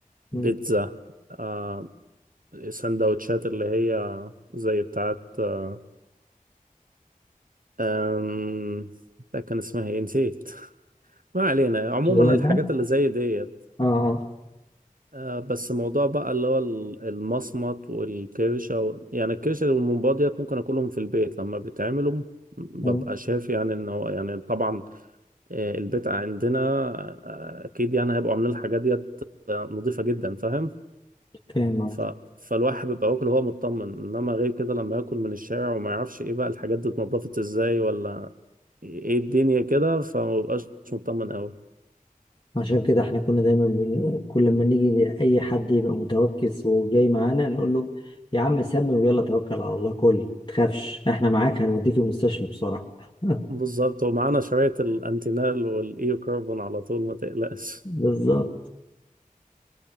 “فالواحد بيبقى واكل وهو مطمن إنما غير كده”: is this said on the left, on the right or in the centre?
Right